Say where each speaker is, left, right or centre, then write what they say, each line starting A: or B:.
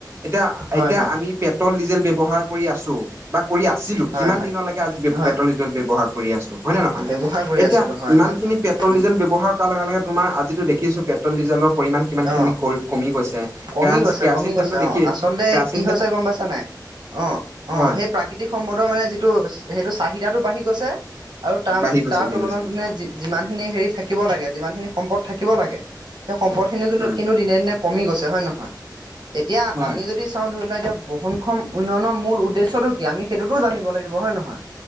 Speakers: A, on the right; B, on the right.
A: এতিয়া
B: হয়,
A: এতিয়া
B: হয়,
A: আমি পেট্ৰল ডিজেল ব্যৱহাৰ কৰি আছো। বা কৰি আছিলো,
B: হয়,
A: কিমান
B: হয়।
A: দিনলৈকে আজি
B: হয়
A: পেট্ৰল ডিজেল ব্যৱহাৰ কৰি আছো? হয় নে নহয়,
B: ব্যৱহাৰ কৰি
A: এতিয়া
B: আছিলো হয়
A: ইমান
B: হয়
A: খিনি
B: হয়
A: পেট্ৰল
B: উম
A: ডিজেল ব্যৱহাৰ কৰাৰ লগে লগে তোমাৰ আজিটো দেখিছো পে - পেট্ৰ'ল ডিজেলৰ পৰিমাণ কিমান খিনি
B: অ
A: কৰি কমি গৈছে।
B: কমি
A: কেৰাঞ্চ
B: গৈছে
A: কেৰাচিন
B: কমি গৈছে
A: তেলটো দেখিয়েই
B: অ আচলতে
A: কেৰাচি-
B: কি হৈছে গম পাইছা নাই, অ অ
A: হয়
B: সেই প্ৰাকৃতিক সম্পদৰ মানে যি- টো সেইটো চাহিদাটো বাঢ়ি গৈছে আৰু তাৰ
A: বাঢ়ি গৈছে
B: তাৰ
A: বাঢ়ি
B: তুলনাত
A: গৈছে
B: মানে যি- যিমানখিনি হেৰি থাকিব লাগে যিমানখিনি সম্পদ থাকিব লাগে সেই সম্পদখিনিও কিন্তু
A: হয়
B: কিন্তু দিনে দিনে ক- কমি গৈছে, হয় নহয়? এতিয়া
A: হয়
B: আমি যদি চাওঁ ধৰি লোৱা এতিয়া - বহনক্ষম উন্নয়নৰ মূল উদ্দেশ্যটো কি, আমি সেইটোতো জানিব লাগিব, হয় নহয়?